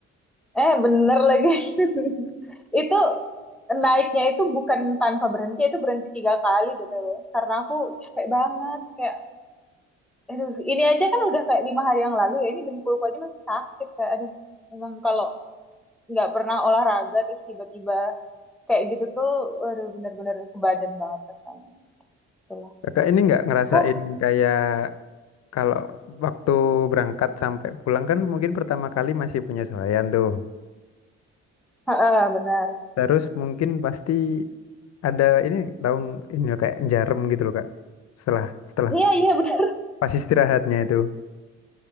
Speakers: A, in the centre; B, on the left (about 55°).
A: Eh bener lagi. <laughs> itu naiknya itu bukan tanpa berhenti itu berhenti tiga kali gitu loh. Karena aku capek banget kayak Aduh, ini aja kan udah kayak lima hari yang lalu ya. Ini dengkulku aja masih sakit. Kayak, aduh, emang kalau nggak pernah olahraga terus tiba-tiba kayak gitu tuh, aduh bener-bener ke badan banget rasanya. Itulah.
B: Kakak ini nggak ngerasain
A: Hah,
B: kayak kalau waktu berangkat sampai pulang kan mungkin pertama kali masih penyesuaian tuh.
A: Heeh, benar.
B: Terus mungkin pasti ada ini tahu ini loh, kayak jarum gitu loh kak setelah setelah
A: Iya, iya benar. <laughs>
B: pas istirahatnya itu